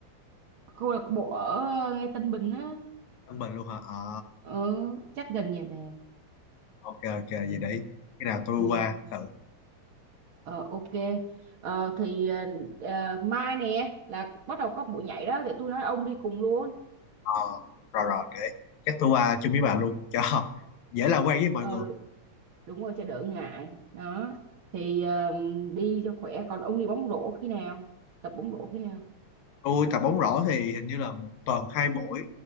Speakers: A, on the right (about 55°); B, on the left (about 80°).
A: Câu lạc bộ ở ngay Tân Bình á.
B: Tân Bình luôn hả ờ
A: Ờ, chắc gần nhà bà.
B: ok ok vậy để cái nào tôi
A: Ừ.
B: qua thử
A: Ờ, ok. Ờ, thì ờ, ờ, mai nè là bắt đầu có buổi nhảy đó. Thì tôi nói ông đi cùng luôn.
B: Ờ, rồi rồi để chắc tôi qua chung với bà luôn cho <laughs> dễ làm quen với mọi
A: Ờ,
B: người
A: đúng rồi cho đỡ ngại đó thì ờ, đi cho khỏe còn ông đi bóng rổ khi nào tập bóng rổ khi nào
B: tôi tập bóng rổ thì hình như là một tuần hai buổi